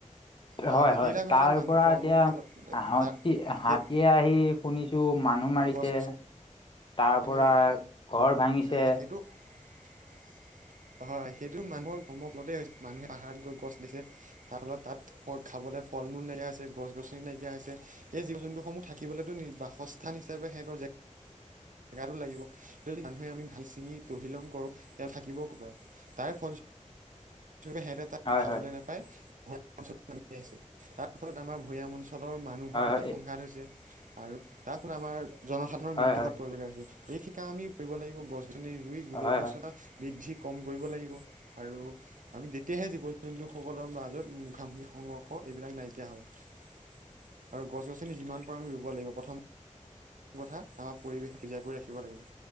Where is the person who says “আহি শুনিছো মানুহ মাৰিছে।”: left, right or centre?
Left